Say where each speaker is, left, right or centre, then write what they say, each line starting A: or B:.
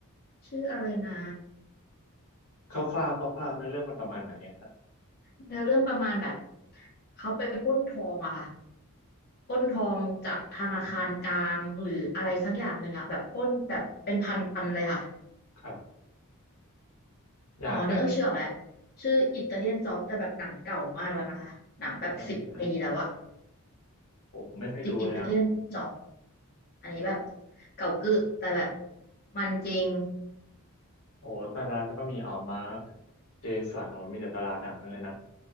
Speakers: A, on the left; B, on the left.
A: ชื่ออะไรนะ
B: คร่าวๆคร่าวๆเนื้อเรื่องมันประมาณไหนอะครับ
A: เนื้อเรื่องประมาณแบบเขาไปปล้นทองอะค่ะปล้นทองจากธนาคารกลางหรืออะไรสักอย่างหนึ่งอะแบบปล้นแบบเป็นพันพันเลยค่ะ
B: ครับยากแล้ว
A: อ๋อนึกเออชื่อออกแหละชื่ออิตาเลียนจ็อบแต่แบบหนังเก่ามากแล้วนะคะหนังแบบสิบปีแล้วอะ
B: สุดท้ายเรื่องโอ้ผมไม่เคยดูเลยอะ
A: ติดอิตาเลียนจ็อบอันนี้แบบเก่ากึกแต่แบบมันจริง
B: โอ้ดาราแต่ก็มีอ๋อมาร์คเจสันโอ้มีแต่ดาราดังนั่นเลยนะ